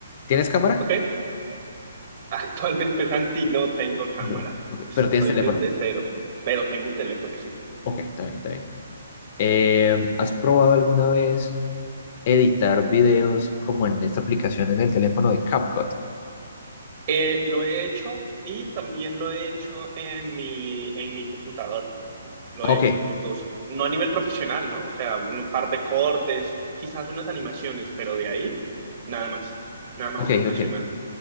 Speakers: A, on the left; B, on the right.
A: ¿Tienes cámara?
B: Ok, <laughs> actualmente Santi no tengo cámara,
A: No, ok,
B: estoy
A: pero tienes teléfono.
B: desde cero, pero tengo un teléfono, sí.
A: Ok, está bien, está bien. Eh, ¿has probado alguna vez editar videos como en esta aplicación en el teléfono de CapCut?
B: Eh, lo he hecho y también lo he hecho en mi, en mi computador. Lo
A: Ok,
B: he hecho en los dos. No a nivel profesional, ¿no? O sea, un par de cortes, quizás unas animaciones, pero de ahí nada más. Nada más
A: ok,
B: profesional.
A: ok.